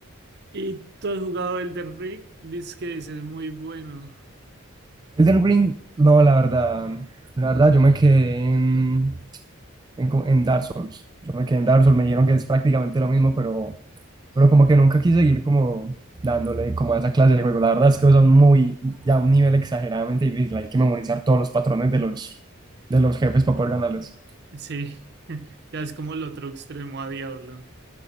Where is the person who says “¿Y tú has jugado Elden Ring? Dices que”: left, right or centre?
Right